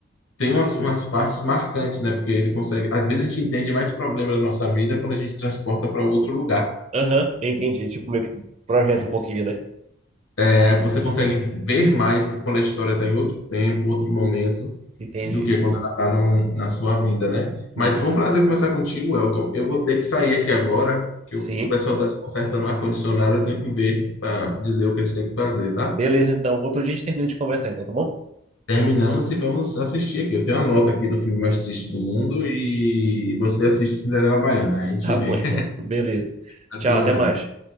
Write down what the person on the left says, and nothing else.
tem umas, umas partes marcantes, né? Porque ele consegue. Às vezes a gente entende mais problema da nossa vida quando a gente transporta para outro lugar.
É, você consegue ver mais quando a história está em outro tempo, outro momento.
do que quando ela está na sua vida, né?
Mas foi um prazer conversar contigo, Elton. Eu vou ter que sair aqui agora, que
o pessoal está consertando o ar-condicionado, eu tenho que ver para dizer o que eles têm que fazer, tá?
Terminamos e vamos assistir aqui. Eu tenho a nota aqui do filme mais triste do mundo e você assiste Cinderela Baiana. Aí A gente
vê.
Até
mais.